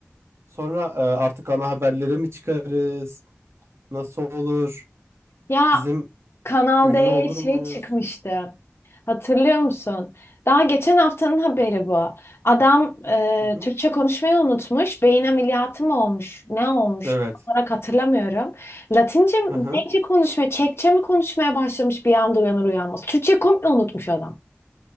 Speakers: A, on the right (about 70°); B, on the left (about 60°).
A: Sonra e, artık ana haberlere mi çıkarız? Nasıl olur?
B: Ya
A: Bizim
B: Kanal
A: ünlü
B: D'ye
A: olur
B: şey
A: muyuz?
B: çıkmıştı. Hatırlıyor musun? Daha geçen haftanın haberi bu. Adam e,
A: Hı hı.
B: Türkçe konuşmayı unutmuş. Beyin ameliyatı mı olmuş? Ne olmuş?
A: Evet.
B: Tam olarak hatırlamıyorum. Latince mi?
A: Hı hı.
B: Neyce konuşmaya, Çekçe mi konuşmaya başlamış bir anda uyanır uyanmaz. Türkçe komple unutmuş adam.